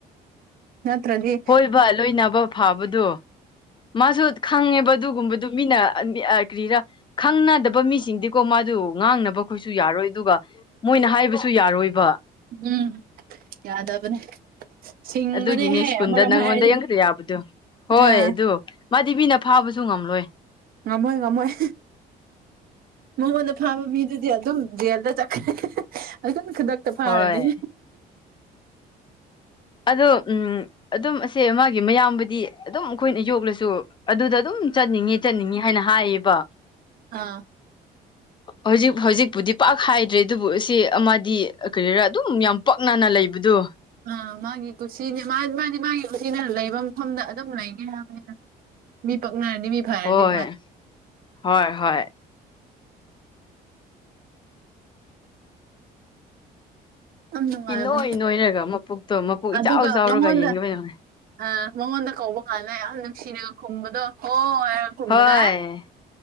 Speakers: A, on the right; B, on the left.
A: ꯅꯠꯇ꯭ꯔꯗꯤ
B: ꯍꯣꯏꯕ ꯂꯣꯏꯅꯕ ꯐꯥꯕꯗꯣ ꯃꯥꯁꯨ ꯈꯪꯉꯦꯕ ꯑꯗꯨꯒꯨꯝꯕꯗꯨ ꯃꯤꯅ ꯀ꯭ꯔꯤꯔꯥ ꯈꯪꯅꯗꯕ ꯃꯤꯁꯤꯡꯗꯤꯀꯣ ꯃꯥꯗꯨ ꯉꯥꯡꯅꯕꯈꯣꯏꯁꯨ ꯌꯥꯔꯣꯏ ꯑꯗꯨꯒ ꯃꯣꯏꯅ ꯍꯥꯏꯕꯁꯨ ꯌꯥꯔꯣꯏꯕ
A: ꯎꯝ ꯌꯥꯗꯕꯅꯦ ꯁꯤꯡꯕꯅꯦꯍꯦ
B: ꯑꯗꯨꯒꯤꯅꯦ ꯁ꯭ꯀꯨꯜꯗ
A: ꯑꯃꯔꯣꯝ
B: ꯅꯪꯉꯣꯟꯗ
A: ꯍꯥꯏꯔꯗꯤ
B: ꯌꯥꯝ ꯈꯛꯇ ꯌꯥꯕꯗꯣ ꯍꯣꯏ
A: ꯑꯥ
B: ꯑꯗꯨ ꯃꯥꯗꯤꯕꯤꯅ ꯐꯥꯕꯁꯨ ꯉꯝꯂꯣꯏ
A: ꯉꯃꯣꯏ ꯉꯃꯣꯏ ꯃꯉꯣꯟꯗ ꯐꯥꯕ ꯃꯤꯗꯨꯗꯤ ꯑꯗꯨꯝ ꯖꯦꯜꯗ ꯆꯠꯈ ꯑꯗꯨꯝ ꯈꯨꯗꯛꯇ ꯐꯥꯔꯅꯤ
B: ꯍꯣꯏ ꯑꯗꯣ ꯎ ꯑꯗꯨꯝ ꯑꯁꯦ ꯃꯥꯒꯤ ꯃꯌꯥꯝꯕꯨꯗꯤ ꯑꯗꯨꯝ ꯑꯩꯈꯣꯏꯅ ꯌꯣꯛꯂꯁꯨ ꯑꯗꯨꯗ ꯑꯗꯨꯝ ꯆꯠꯅꯤꯡꯉ ꯆꯠꯅꯤꯡꯉ ꯍꯥꯏꯅ ꯍꯥꯏꯌꯦꯕ
A: ꯑꯥ
B: ꯍꯧꯖꯤꯛ ꯍꯧꯖꯤꯛꯄꯨꯗꯤ ꯄꯥꯛ ꯍꯥꯏꯗ꯭ꯔꯦ ꯑꯗꯨꯕꯨ ꯑꯁꯤ ꯑꯃꯗꯤ ꯀꯔꯤꯔꯥ ꯑꯗꯨꯝ ꯌꯥꯝ ꯄꯥꯛꯅꯅ ꯂꯩꯕꯗꯣ
A: ꯑꯥ ꯃꯥꯒꯤ ꯀꯨꯁꯤꯅꯦ ꯃꯥ ꯃꯥꯗꯤ ꯃꯥꯒꯤ ꯀꯨꯁꯤꯅ ꯂꯩꯕ ꯃꯐꯝꯗ ꯑꯗꯨꯝ ꯂꯩꯒꯦ ꯍꯥꯏꯕꯅꯤꯅ ꯃꯤ ꯄꯛꯅꯅꯤ ꯃꯤ ꯐꯥꯏꯔꯗꯤ
B: ꯍꯣꯏ ꯍꯣꯏ ꯍꯣꯏ
A: ꯌꯥꯝ ꯅꯨꯡꯉꯥꯏꯕꯅꯦ
B: ꯏ ꯅꯣꯏ ꯅꯣꯏꯔꯒ ꯃꯄꯨꯇꯣ ꯃꯄꯨꯣꯛ
A: ꯑꯗꯨꯒ
B: ꯏꯆꯥꯎ ꯆꯥꯎꯔꯒ
A: ꯃꯉꯣꯟꯗ
B: ꯌꯦꯡꯈꯤꯕꯅꯣꯅꯦ
A: ꯑ ꯃꯉꯣꯟꯗ ꯀꯧꯕ ꯀꯥꯟꯂ ꯌꯥꯝ ꯅꯨꯡꯁꯤꯔꯒ ꯈꯨꯝꯕꯗꯣ ꯍꯣꯏ ꯀꯃꯗ
B: ꯍꯣꯏ